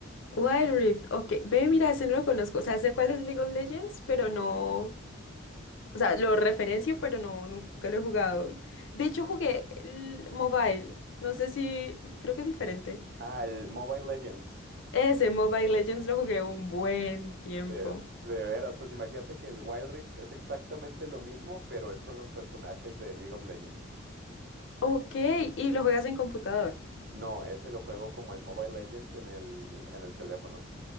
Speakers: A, on the left; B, on the right.
A: Wild Rift, ok, ve, mira, ese no lo conozco, o sea, sé cuál es League of Legends, pero no, o sea, lo referencio, pero no, nunca lo he jugado. De hecho, jugué el mobile, no sé si, creo que es diferente.
B: Ah, el Mobile Legends.
A: Ese Mobile Legends lo jugué un buen tiempo.
B: De, de veras, pues imagínate que el Wild Rift es exactamente lo mismo, pero es con los personajes de League of Legends.
A: Ok, ¿y lo juegas en computador?
B: No, ese lo juego como el Mobile Legends en el, en el teléfono.